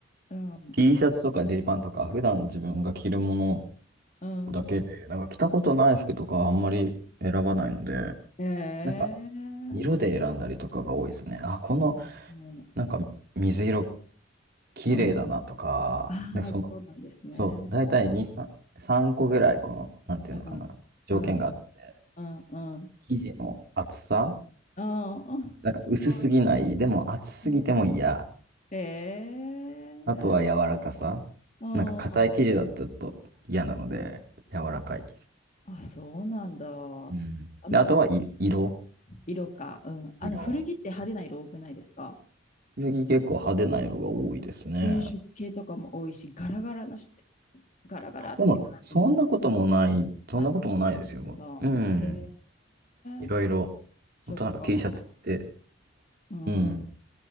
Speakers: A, on the left (about 40°); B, on the right (about 50°).
A: うん、
B: T シャツとかジーパンとか普段自分が着るもの
A: うん、
B: だけで、
A: うん、
B: なんか着たことない服とかはあんまり選ばないので、
A: ええ
B: なんか色で選んだりとかが多いですね。あ、この
A: うん、うん、
B: なんか水色綺麗だなとか、
A: うんああ、
B: なんかその、
A: そうなんですね。
B: そう、大体2、3、3個ぐらいこの、なんていうのかな、
A: うん、
B: 条件があって、
A: うん、うん、うん。
B: 生地の厚さ、
A: うんあすごい。
B: なんか薄すぎない、でも厚すぎても嫌、
A: うん。ええ
B: あとは柔らかさ。
A: うん、
B: なんか硬い生地だとちょっと嫌なので、
A: うん。
B: 柔らかい。
A: あ、そうなんだ。あ
B: うん。
A: の、
B: で、あとはい色。
A: 色か。うん。あの、
B: 色。
A: 古着って派手な色多くないですか
B: 次結構派手な色が多いですね。
A: 原色系とかも多いし、ガラガラなして、ガラガラって感じの。
B: でも、そんなこともない、そんなこともないですよ。
A: あ、そうなんだ。
B: うん。
A: へ
B: いろいろ。
A: え、そっか。
B: ほんとなんか T シャツって、
A: うん。
B: うん。